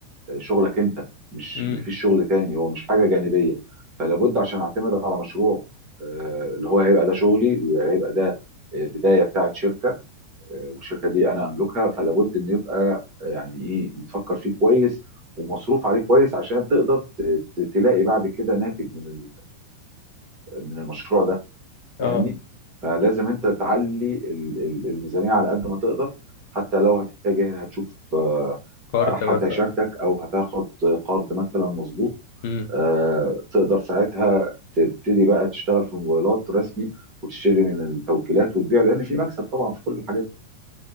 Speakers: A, on the right; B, on the left.
A: آه، شغلك انت مش
B: امم
A: مفيش شغل تاني هو مش حاجه جانبيه فلابد عشان اعتمد على مشروع آه، اللي هو هيبقى ده شغلي وهيبقى ده آه، بدايه بتاعت شركه آه، والشركه دي انا املكها فلابد ان يبقى آه، يعني ايه متفكر فيه كويس ومصروف عليه كويس عشان تقدر ت- ت- تلاقي بعد كده ناتج من من المشروع ده
B: اه
A: فاهمني فلازم انت تعلي ال- ال- الميزانيه على قد ما تقدر حتى لو هتتجه هتشوف آه،
B: كارد
A: حد
B: مثلا
A: هيشاركك او هتاخد قرض مثلا مظبوط
B: امم
A: آه، تقدر ساعتها تبتدي بقى تشتغل في الموبايلات رسمي وتشتري من التوكيلات وتبيع لان في مكسب طبعا في كل الحاجات دي